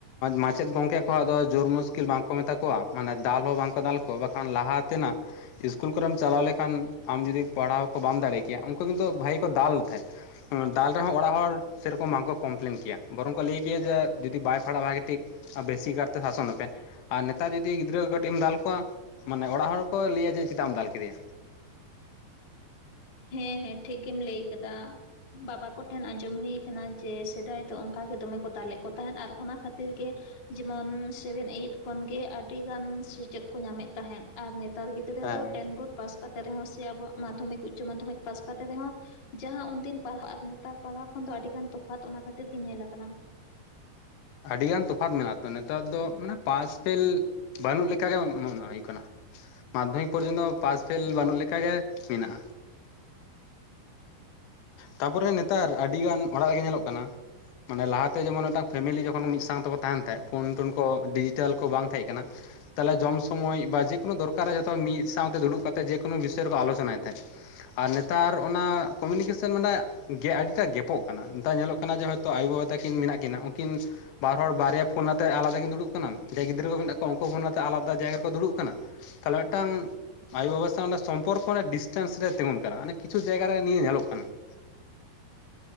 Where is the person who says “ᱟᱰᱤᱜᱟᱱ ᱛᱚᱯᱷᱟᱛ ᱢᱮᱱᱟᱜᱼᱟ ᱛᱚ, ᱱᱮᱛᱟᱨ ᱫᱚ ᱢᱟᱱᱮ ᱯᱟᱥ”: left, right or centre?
Left